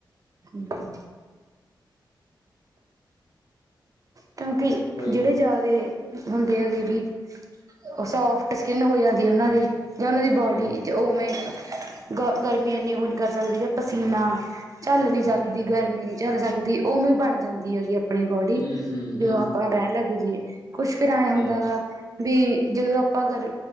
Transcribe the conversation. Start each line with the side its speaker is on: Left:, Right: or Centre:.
Right: ਹਂ। ਕਿਉਂਕਿ
Left: ਕੋਈ
Right: ਜਿਹੜੇ
Left: ਨੀ
Right: ਜ਼ਿਆਦੇ ਹੁੰਦੇ ਆ ਬੇਬੀ ਉਹ ਸੋਫਟ ਸਕਿਨ ਹੋ ਜਾਂਦੀ ਐ ਉਹਨਾਂ ਦੀ, ਜਾਂ ਉਹਨਾਂ ਦੀ ਬੋਡੀ
Left: ਹਮ
Right: ਜ ਉਵੇਂ ਗ ਗਰਮੀ ਇੰਨੀ ਉਹ ਨੀ ਕਰ ਸਕਦੀ ਪਸੀਨਾ। ਝੱਲ ਨੀ ਸਕਦੀ ਗਰਮੀ, ਝੱਲ ਸਕਦੀ ਉਵੇਂ ਬਣ ਜਾਂਦੀ ਹੈਗੀ ਆਪਣੀ ਬੋਡੀ।
Left: ਹੂੰ-ਹੂੰ-ਹੂੰ,
Right: ਜਿਦੋਂ ਆਪਾਂ ਰਹਿਣ ਲੱਗ ਜਈਏ, ਕੁੱਛ ਫਿਰ ਐ
Left: ਸਹੀ
Right: ਹੁੰਦਾ ਵਾ ਬੀ ਜਦੋਂ ਆਪਾਂ ਗਰ